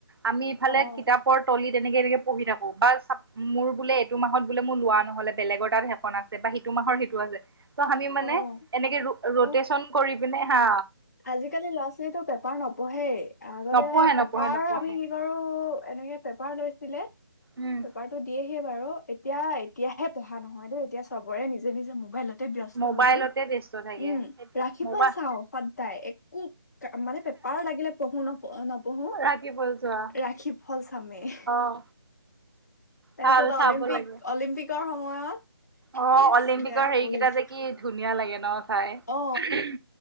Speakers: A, on the right (about 70°); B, on the left (about 45°).
A: আমি ইফালে
B: অ'
A: কিতাপৰ তলিত তেনেকে এনেকে পঢ়ি থাকো বা মোৰ বোলে এইটো মাহত বোলে মোৰ লোৱা নহলে বেলেগৰ তাত সেখন আছে বা সিটো মাহৰ সিটো আছে ত আমি মানে
B: অ'
A: এনেকে
B: আৰু
A: ৰটেচন কৰি নে হা
B: আজিকালি ল'ৰা ছোৱালীটো পেপাৰ নপঢ়ে আগতে
A: নপঢ়ে নপঢ়ে
B: পেপাৰ
A: নপঢ়ে
B: আমি কি কৰো এনেকে পেপাৰ লৈছিলে
A: উম
B: পেপাৰটো দিয়ে স বাৰু এতিয়া এতিয়াহে পঢ়া নহয় নহয় দ এতিয়া চবৰে নিজে নিজে মোবাইলতে ব্যস্ত
A: মোবাইলতে
B: হৈ গল
A: ব্যস্ত থাকে
B: উম
A: সেইটোৱে
B: ৰাখি
A: মোবাইল
B: ফল চাওঁ তাই একো মানে পেপাৰো লাগিলে পঢ়ো নপ নপঢ়ো
A: ৰাখি বল যোৱা
B: ৰাখি ফল চামেই
A: অ
B: তাৰপিছত
A: ভাল চাব
B: অলিম্পিক
A: লাগে
B: অলিম্পিক শ সময়ত
A: অ
B: ইচ
A: অলিম্পিকৰ
B: বেয়া
A: হেৰিকেইটা
B: পঢ়িছো
A: যে কি ধুনীয়া লাগে ন চাই
B: অ